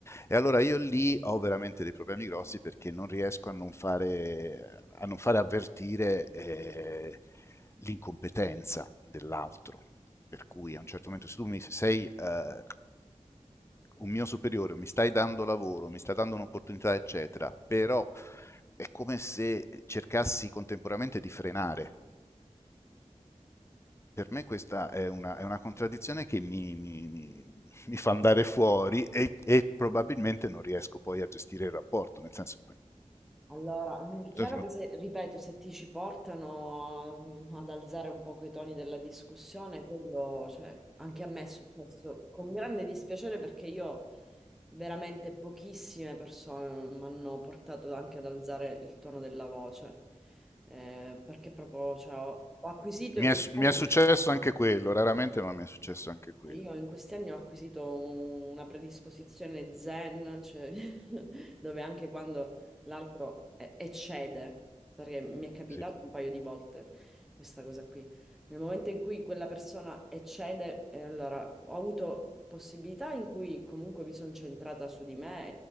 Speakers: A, on the left; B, in the centre.
A: E allora io lì ho veramente dei problemi grossi perché non riesco a non fare, a non fare avvertire eh, l'incompetenza dell'altro. Per cui a un certo momento se tu mi sei eh, un mio superiore, mi stai dando lavoro, mi stai dando un'opportunità, eccetera, però è come se cercassi contemporaneamente di frenare per me questa è una, è una contraddizione che mi, mi- mi- mi fa andare fuori e, e probabilmente non riesco poi a gestire il rapporto, nel senso che...
B: Allora, è chiaro
A: Cioè, tipo,
B: che se, ripeto, se ti ci portano ad alzare un poco i toni della discussione, quello, cioè, anche a me è successo con grande dispiacere perché io veramente pochissime persone mi hanno portato anche ad alzare il tono della voce, Eh, perché proprio, cioè, ho, ho acquisito
A: Mi
B: in
A: è,
B: questi
A: mi
B: anni
A: è successo anche quello, raramente, ma mi è successo anche quello.
B: io in questi anni ho acquisito una predisposizione zen, cioè, <laughs> dove anche quando l'altro eh, eccede, perché mi è capitato
A: Sì.
B: un paio di volte questa cosa qui, nel momento in cui quella persona eccede, eh, allora ho avuto possibilità in cui comunque mi sono centrata su di me,